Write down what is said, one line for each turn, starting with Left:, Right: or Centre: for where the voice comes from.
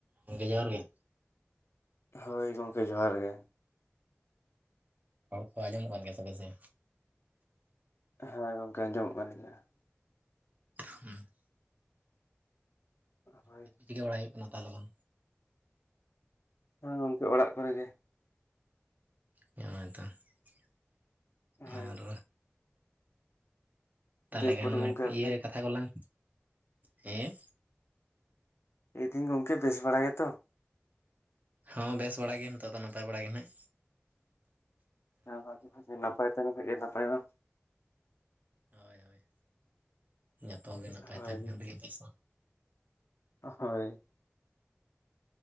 Right: ᱜᱚᱢᱠᱮ ᱡᱚᱦᱟᱨ ᱜᱮ,
Left: ᱦᱳᱭ ᱜᱚᱢᱠᱮ ᱡᱚᱦᱟᱨ ᱜᱮ,
Right: ᱨᱚᱲ ᱠᱚ ᱟᱡᱚᱢᱚᱜ ᱠᱟᱱ ᱜᱮᱭᱟᱥᱮ ᱵᱮᱥ ᱜᱮ,
Left: ᱦᱮᱸ ᱜᱚᱢᱠᱮ ᱟᱸᱡᱚᱢᱚᱜ ᱠᱟᱱ ᱜᱮᱭᱟ ᱾
Right: ᱦᱮᱸ <unintelligible>
Left: ᱦᱳᱭ
Right: ᱪᱮᱫ ᱠᱚ ᱪᱤᱠᱟᱹ ᱵᱟᱲᱟ ᱦᱩᱭᱩᱜ ᱠᱟᱱᱟ ᱛᱟ ᱞᱚᱜᱚᱱ
Left: ᱦᱮ ᱜᱚᱢᱠᱮ ᱚᱲᱟᱜ ᱠᱚᱨᱮ ᱜᱮ ᱾
Right: ᱦᱭᱛᱚ <unintelligible>
Left: ᱦᱳᱭ
Right: ᱟᱨ ᱛᱟᱞᱮ
Left: ᱫᱤᱭᱮᱯᱚᱨ
Right: ᱠᱷᱟᱱ
Left: ᱜᱚᱢᱠᱮ ᱟᱯᱮ
Right: ᱤᱭᱟᱹ ᱠᱟᱛᱷᱟ ᱠᱚᱞᱟᱝ ᱦᱮᱸ
Left: ᱭᱫᱤᱧ ᱜᱚᱢᱠᱮ ᱵᱮᱥ ᱵᱟᱲᱟ ᱜᱮᱛᱚ
Right: ᱦᱚᱸ ᱵᱮᱥ ᱵᱟᱲᱟᱭ ᱜᱮ ᱱᱤᱛᱚᱜ ᱫᱚ ᱱᱟᱯᱟᱭ ᱵᱟᱲᱟ ᱜᱮ ᱱᱷᱟᱜ
Left: ᱦᱮ ᱵᱟᱠ <unintelligible> ᱱᱟᱯᱟᱭ ᱛᱟᱦᱮᱱ ᱠᱷᱟᱡ ᱱᱟᱯᱟᱭ ᱫᱚ
Right: ᱦᱳᱭ ᱦᱳᱭ ᱡᱚᱛᱚ ᱜᱮ ᱱᱟᱯᱟᱭ
Left: ᱦᱳᱭ
Right: ᱛᱟᱦᱮᱱ ᱠᱟᱱ ᱛᱮᱜᱮ ᱯᱚᱭᱥᱟ <unintelligible>
Left: ᱦᱳᱭ